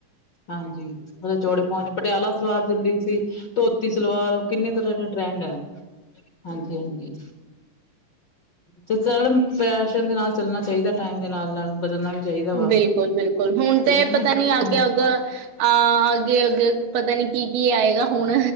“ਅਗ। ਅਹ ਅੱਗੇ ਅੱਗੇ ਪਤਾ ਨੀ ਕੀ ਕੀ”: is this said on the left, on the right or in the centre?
Right